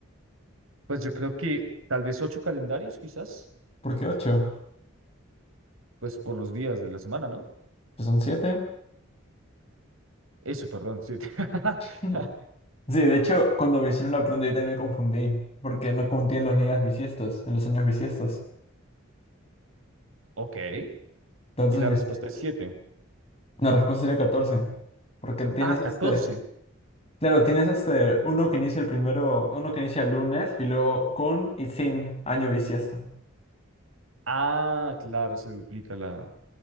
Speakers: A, on the right; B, on the left.
A: pues yo creo que tal vez ocho calendarios, quizás,
B: ¿Por qué ocho?
A: pues por los días de la semana, ¿no?
B: Pues son siete.
A: Eso, perdón, sí. <laughs>
B: <laughs> Sí, de hecho, cuando me hicieron la pregunta también me confundí, porque no conté en los días bisiestos, en los años bisiestos.
A: Ok.
B: Entonces
A: Y la
B: necesitaría...
A: respuesta es 7.
B: La respuesta sería 14, porque tienes
A: Ah, 14.
B: este... Claro, tienes este uno que inicia el primero, uno que inicia el lunes y luego con y sin año bisiesto.
A: Ah, claro, se duplica la,